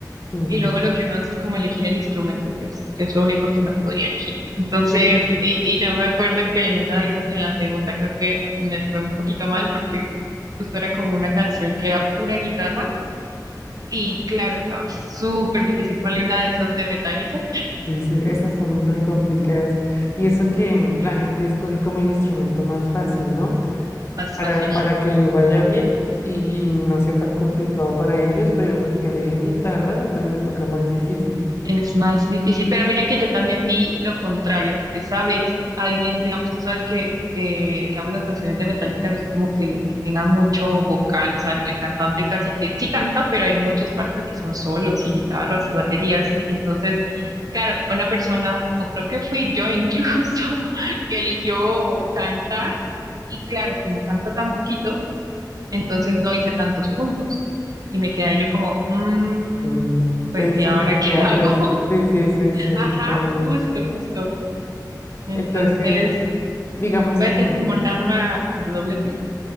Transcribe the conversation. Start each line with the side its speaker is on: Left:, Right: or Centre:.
Left: Mm,
Right: y luego lo que uno hace es como elegir el instrumento, que es, que es lo único que uno podría elegir. Entonces,
Left: Sí,
Right: y, y yo me acuerdo que en una de esas, en la segunda creo que me fue un poquito mal porque justo era como una canción que era pura guitarra y claro, estaba súper difícil ponerle una de esas de Metallica.
Left: sí, sí, estas son re complicadas. Y eso que mm,
Right: Sí,
Left: la gente escoge como el instrumento más fácil, ¿no?
Right: más
Left: Para,
Right: fácil, sí.
Left: para que le vaya bien y, y no sea tan complicado para ellos, pero los que eligen guitarra, entonces les toca más difícil.
Right: Es más difícil, pero mira que yo también vi lo contrario, porque sabes, alguien, digamos, tú sabes que, que digamos, las canciones de Metallica no es como que, que tengan mucho vocal, o sea, el cantante casi que sí canta, pero hay muchas partes que son solos y guitarras y baterías, y entonces, claro, una persona, o creo que fui yo incluso, <laughs> que eligió cantar, y claro, como canta tan poquito, entonces no hice tantos puntos, y me quedé ahí yo como, "Mm,
Left: Mm,
Right: pues,
Left: Entonces
Right: ¿y ahora
Left: uno se
Right: qué
Left: queda
Right: <laughs>
Left: atrás.
Right: hago?
Left: Sí, sí, sí, es cierto
Right: Ajá,
Left: también.
Right: justo, justo. Entonces,
Left: Entonces, digamos
Right: puede
Left: que...
Right: ser
Left: mm,
Right: como un arma de doble filo.